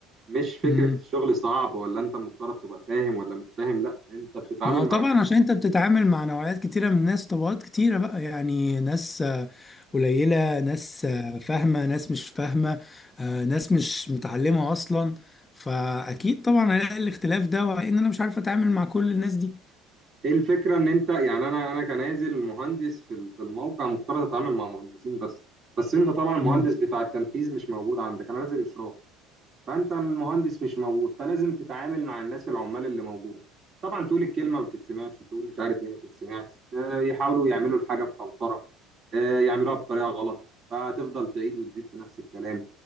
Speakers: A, on the right; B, on the left.
A: مش فكرة
B: <laughs>
A: الشغل صعب ولا أنت المفترض تبقى فاهم ولا مش فاهم لا أنت بتتعامل
B: ما هو طبعا
A: مع ناس
B: عشان انت بتتعامل مع نوعيات كتيرة من الناس طبقات كتيرة بقى يعني ناس آه، قليلة ناس آه، فاهمة ناس مش فاهمة آه، ناس مش متعلمة أصلا فأكيد طبعا هلاقي الاختلاف ده وإن أنا مش عارف أتعامل مع كل الناس دي
A: إيه الفكرة إن أنت يعني أنا أنا كنازل مهندس في ال- في الموقع مفترض أتعامل مع مهندسين بس بس أنت طبعا المهندس
B: مم.
A: بتاع التنفيذ مش موجود عندك أنا نازل إشراف فانت المهندس مش موجود فلازم تتعامل مع الناس العمال اللي موجوده طبعا تقول الكلمه ما بتتسمعش تقول مش عارف ايه ما بتتسمعش آه، يحاولوا يعملوا الحاجه بخنصره آه، يعملوها بطريقه غلط فتفضل تعيد وتزيد في نفس الكلام